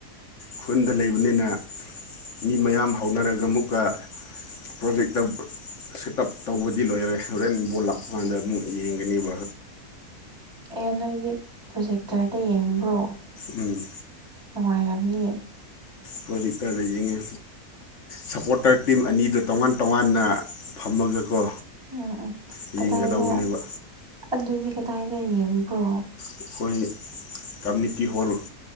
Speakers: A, on the left; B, on the right.
A: ꯈꯨꯟꯗ ꯂꯩꯕꯅꯤꯅ ꯃꯤ ꯃꯌꯥꯝ ꯍꯧꯅꯔꯒ ꯑꯃꯨꯛꯀ ꯄ꯭ꯔꯣꯖꯦꯛꯇꯔ ꯁꯦꯠ ꯑꯞ ꯇꯧꯕꯗꯤ ꯂꯣꯏꯒꯔꯦ ꯍꯣꯔꯦꯟ ꯕꯣꯜ ꯂꯥꯛꯄ ꯀꯥꯟꯗ ꯑꯃꯨꯛ ꯌꯦꯡꯒꯅꯤꯕ
B: ꯑꯦ ꯅꯣꯏꯗꯤ ꯄ꯭ꯔꯣꯖꯦꯛꯇꯔꯗ ꯌꯦꯡꯕ꯭ꯔꯣ
A: ꯎꯝ
B: ꯅꯨꯡꯉꯥꯏꯔꯝꯅꯤ
A: ꯄꯔꯣꯖꯦꯛꯇꯔꯗ ꯌꯦꯡꯉꯦ ꯁꯞꯄꯣꯔꯇꯔ ꯇꯤꯝ ꯑꯅꯤꯗꯨ ꯇꯣꯉꯥꯟ ꯇꯣꯉꯥꯟꯅ ꯐꯝꯃꯒꯀꯣ
B: ꯎꯝ ꯎꯝ
A: ꯌꯦꯡꯒꯗꯧꯕꯅꯦꯕ
B: ꯀꯗꯥꯏꯗ ꯑꯗꯨꯗꯤ ꯀꯗꯥꯏꯗ ꯌꯦꯡꯕ꯭ꯔꯣ
A: ꯑꯩꯈꯣꯏ ꯀꯝꯃꯨꯅꯤꯇꯤ ꯍꯣꯜ